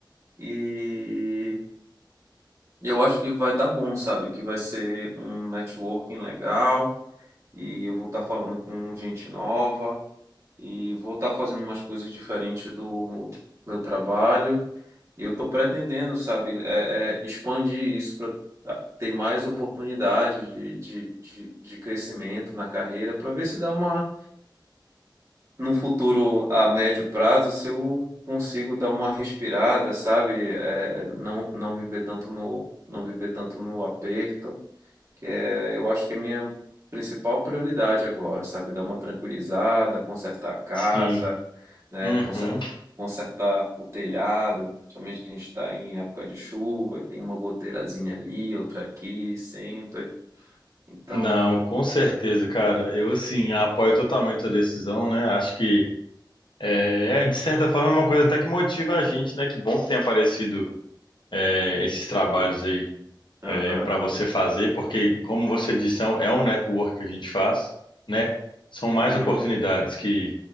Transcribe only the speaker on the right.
e eu acho que vai dar bom, sabe? Que vai ser um networking legal. e eu vou estar falando com gente nova e vou estar fazendo umas coisas diferentes do meu trabalho. E eu estou pretendendo, sabe, é, é, expandir isso para ter mais oportunidade de, de, de, de crescimento na carreira, para ver se dá uma, num futuro a médio prazo, se eu consigo dar uma respirada, sabe, é, não, não viver tanto no, não viver tanto no aperto que é, eu acho que é a minha principal prioridade agora, sabe? Dar uma tranquilizada, consertar a casa,
né?
Conserta, consertar o telhado, somente que a gente está em época de chuva, e tem uma goteirazinha ali, outra aqui, sempre. Então,
aham,
uhum,